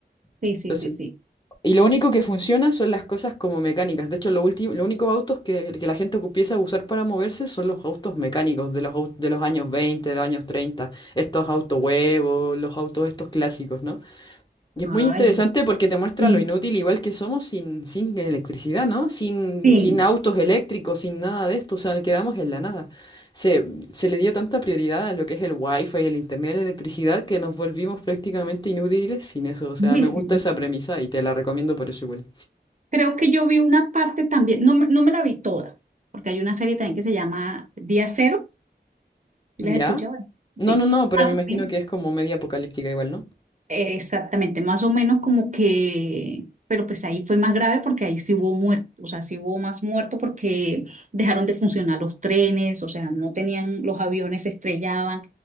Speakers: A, on the right (about 45°); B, on the left (about 25°).
A: sí,
B: Entonces,
A: sí, sí, sí.
B: y lo único que funciona son las cosas como mecánicas. De hecho, lo último, los únicos autos que, que la gente empieza a usar para moverse son los autos mecánicos de los, au- de los años 20, de los años 30. Estos autos huevos, los autos estos clásicos, ¿no? Y
A: Ay,
B: es muy interesante porque te muestra
A: sí,
B: lo inútil igual que somos sin, sin electricidad, ¿no? Sin,
A: sí,
B: sin autos eléctricos, sin nada de esto, o sea, quedamos en la nada. Se, se le dio tanta prioridad a lo que es el wifi, el internet, la electricidad, que nos volvimos prácticamente inútiles sin eso. O sea,
A: durísimo.
B: me gusta esa premisa y te la recomiendo por eso igual.
A: Creo que yo vi una parte también, no, me- no me la vi toda, porque hay una serie también que se llama Día Cero, ¿Y
B: ¿Ya?
A: ¿la has escuchado? Sí,
B: No, no, no, pero
A: más
B: me imagino
A: o menos,
B: que es como media apocalíptica igual, ¿no?
A: eh, exactamente, más o menos como que, pero pues ahí fue más grave porque ahí sí hubo muertos, o sea, sí hubo más muertos porque dejaron de funcionar los trenes, o sea, no tenían, los aviones se estrellaban,